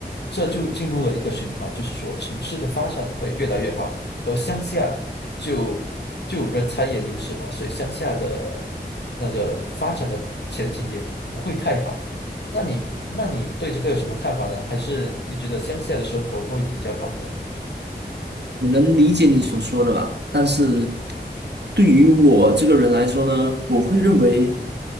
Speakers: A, on the left; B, on the right.
A: 这就进入了一个循环，就是说城市的发展会越来越好，而乡下就就人才也流失嘛，所以乡下的那个发展的前景也不会太好。那你那你对这个有什么看法呢？还是你觉得乡下的生活会比较好呢？
B: 我能理解你所说的吧，但是对于我这个人来说呢，我会认为